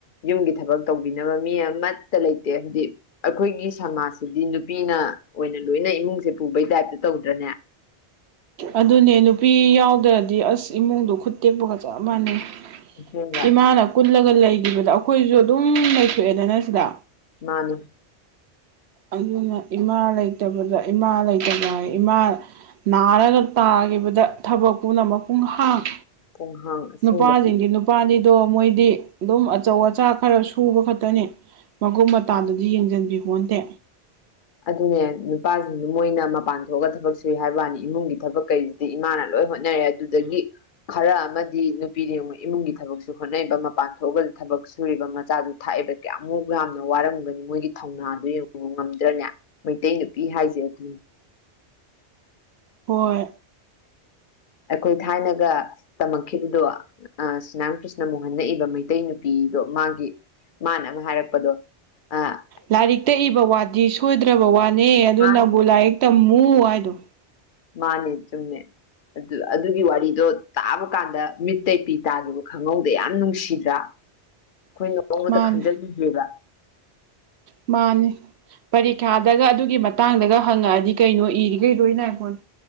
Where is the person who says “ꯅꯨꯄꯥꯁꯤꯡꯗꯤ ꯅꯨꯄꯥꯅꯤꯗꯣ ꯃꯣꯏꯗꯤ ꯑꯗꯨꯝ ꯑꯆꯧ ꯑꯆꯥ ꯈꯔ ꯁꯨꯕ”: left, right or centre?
Right